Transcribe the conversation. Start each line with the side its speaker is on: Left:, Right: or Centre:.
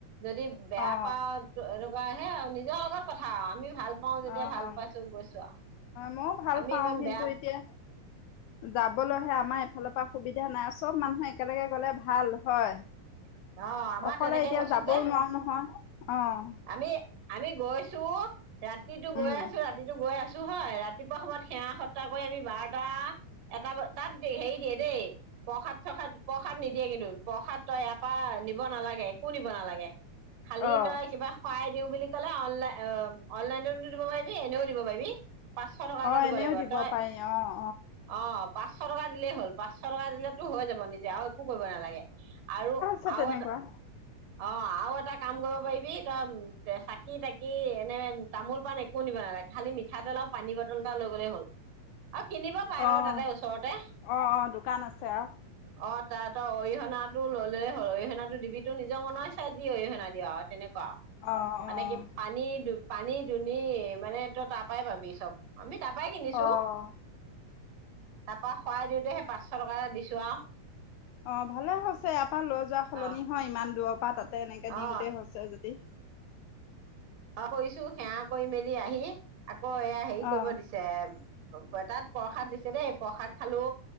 Right: যদি বেয়া
Left: অ
Right: পাওঁ এইটো লগে হে আও আৰু নিজৰ লগত কথা আমি ভাল পাওঁ যেতিয়া
Left: অ
Right: ভাল
Left: হয়
Right: পাইছো গৈছো আৰু
Left: মইও ভাল
Right: আমি
Left: পাওঁ
Right: ইমান
Left: কিন্তু
Right: বেয়া
Left: এতিয়া যাব। যাবলৈহে আমাৰ এইফালৰ পৰা সুবিধা নাই চব মানুহে একেলগে গলে ভাল হয়।
Right: অ আমাৰ
Left: অকলে
Right: তেনেকে
Left: এতিয়া
Right: গৈছো
Left: যাবও
Right: যে
Left: নোৱাৰো নহয় আহ।
Right: আমি আমি গৈছো। ৰাতিতো গৈ
Left: উম,
Right: আছো ৰাতিটো গৈ আছো। চো হয় ৰাতিপুৱা সময়ত সেৱা সত্তাহ কৰি আমি বাৰটা এটা তাত হেৰি দিয়ে দেই প্ৰসাদ চসাদ। প্ৰসাদ নিদিয়ে কিন্তু প্ৰসাদ । তই ইয়াত। নিব নালাগে একো নিব নালাগে। খালি
Left: অ',
Right: তই কিবা খোৱাই। দিওঁ বুলি কলে অনলাইন অ অনলাইনতো দিব পাৰিবি এনেও দিব পাৰিবি। পাঁচশ টকা এটা
Left: অ',
Right: দিব
Left: এনেও
Right: লাগিব তই
Left: পাৰি অ',
Right: অ। পাঁচশ টকা দিলেই হ'ল পাঁচশ টকা দিলেতো হৈ যাব নিজে আৰু। একো কৰিব নালাগে আৰু।
Left: চ
Right: আৰু
Left: তেনেকুৱা।
Right: এটা অ আৰু এটা কাম কৰিব পাৰিবি তই চাকি তাকি এনে তামোল পাণ একো নিব নালাগে খালি মিঠাতেল আৰু পানী বটল এটা লৈ গ'লে হ'ল। আৰু কিনিব পাৰে
Left: অ',
Right: বাৰু তাতে ওচৰতে
Left: অ', অ', দোকান আছে আৰু
Right: অ। তাত এটা অৰিহণা টো ললে। অৰিহণাটো দিবি নিজৰ মনৰ ইচ্ছা যি অৰিহনা দিয় আৰু তেনেকুৱা। ক
Left: অ',
Right: মানে
Left: অ',
Right: কি পানী ব্যৱহাৰ। পানী দুনি মানে তই তাৰ পৰাই পাবি চব আমিত। তাৰপাই কিনিছো।
Left: অ',
Right: তাৰপা শৰাই দিওঁতে সেই পাঁচশ টকা এটা দিছো আৰু।
Left: অ ভালে হৈছে। এয়াৰ পৰা লৈ যোৱা সলনি
Right: অ
Left: হয় ইমান দূৰ। পাতাত। এনেকে
Right: অ
Left: দিওঁতে হৈছে য। <unintelligible> <unintelligible>
Right: সেয়া কৰিছো সেৱা কৰি মেলি আহি। অ এয়া হেৰি কৰিব
Left: অ',
Right: দিছে। তাত প্ৰসাদ দিছে দেই প্ৰসাদ খালো।